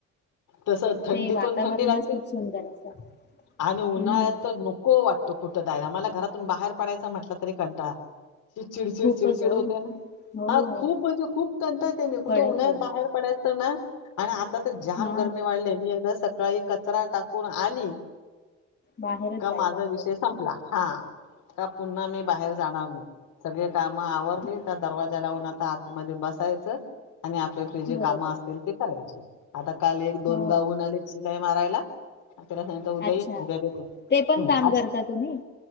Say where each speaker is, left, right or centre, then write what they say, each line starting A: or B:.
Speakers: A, on the left; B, on the left.
A: तस थंडीतून
B: ते वातावरणच
A: थंडी लागते
B: खूप सुंदर असत
A: आणि उन्हाळ्यात
B: हम्म
A: तर नको वाटत. तो कुठ दायला मला घरातून बाहेर पडाच म्हटल. तरी कंटाळा. चिडचिड
B: खूपच
A: चिडचिड
B: हो
A: होते ना
B: हो
A: हा खूप म्हणजे खूप कंंटाळते मी कुठे
B: कडक
A: उन्हात
B: ऊन
A: बाहेर पडायच. तुना. आणि आता तर जाम
B: हा
A: गरमी वाढलेय मी एकदा स सकाळी कचरा टाकून आली
B: बाहेरच
A: का
B: जायला
A: माझा
B: नको
A: विषय संपला हा का पुन्हा मी बाहेर जानाा नाही सगळी काम आवरले
B: हम्म.
A: का दरवाजा लावून आता मध्ये मधी बसायच. आणि आपल्यापली जे
B: बरोबर
A: कामं असतील ते करायचे. आता काल एक दोन
B: हो
A: गाहून आलेत शिलाय मारायला तिला सांगित उद्या
B: अच्छा
A: ये उद्या देते
B: ते पण काम
A: अस
B: करता तुम्ही